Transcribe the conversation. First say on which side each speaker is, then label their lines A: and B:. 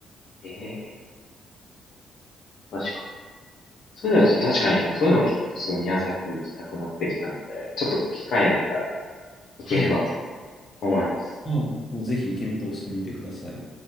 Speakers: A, on the left (about 60°); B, on the left (about 30°).
A: ええ、確かに。そういうのちょっと確かに、でもそういうの聞くとすごい宮崎行きたくなってきたので、ちょっと機会あったら行ければと
B: はい。
A: 思います。
B: まあ、もうぜひ検討してみてください。